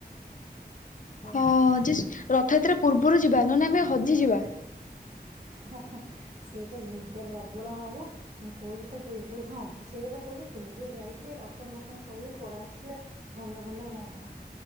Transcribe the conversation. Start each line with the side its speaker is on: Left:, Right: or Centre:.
Right: ତ
Left: ହଁ ଯେ ରଥଯାତ୍ରା ପୂର୍ବରୁ ଯିବା ନଲେ ଆମେ ହଜିଯିବା
Right: ହହଁ ସେ ତ ଭିଡ ପ୍ରବଳ ହବ ମୁଁ କହୁଛି ତା ପୂର୍ବରୁ ହଁ ସେଇ ପା କହୁଛି ପୂର୍ବରୁ ଯାଇକି ଟିକେ ଦର୍ଶନ ବର୍ଶନ କରିକି ପଳେଇ ଆସିଲେ ଭଲରେ ଭଲ ହୁଅନ୍ତା